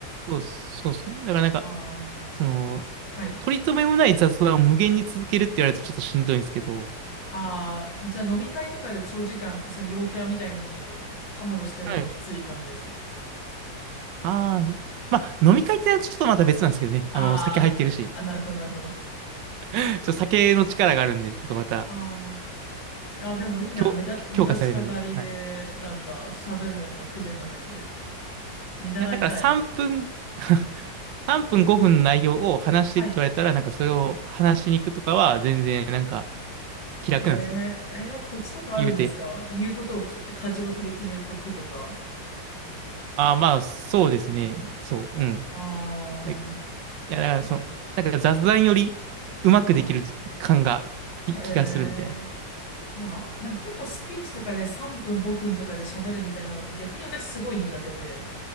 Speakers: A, on the right (about 75°); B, on the left (about 80°).
A: そう、そうですね。だからなんか、
B: ああ、
A: その、
B: はい。
A: 取り留めもない雑談を無限に続けるって言われるとちょっとしんどいんですけど、
B: ああ、じゃあ飲み会とかで長時間、その陽キャみたいにたむろしてるのはきつい感じですか
A: はいああ、まあ、飲み会ってのはちょっとまた別なんですけどね。
B: ああー、
A: あの、酒入ってるし。
B: あ、なるほど、なるほど。
A: ちょっと酒の力があるんで、ちょっとまた、
B: あいや、でもいいな。
A: 強、
B: 目だ、目立ちたがりで、
A: 強化されるんで。はい。い
B: なんか喋るのが苦じゃなくて、見習いたい。
A: や、だから3分、<laughs> 3分5分の内容を話してって言われたら、
B: はい。
A: なんかそれを話しに行くとかは、全然なんか気楽なんですよ。
B: へえ、えーコツとかあるんですか言うことをき、
A: 言うて。
B: 箇条書きで決めとくとか。
A: ああ、まあ、そうですね。そう、うん。
B: あー、
A: いいや、だからその、なんか雑談よりうまくできる感が、
B: あ、へえ。
A: き気がするみたいな。
B: いや、なんか結構スピーチとかで3分5分とかで喋るみたいなのって逆に私すごい苦手で、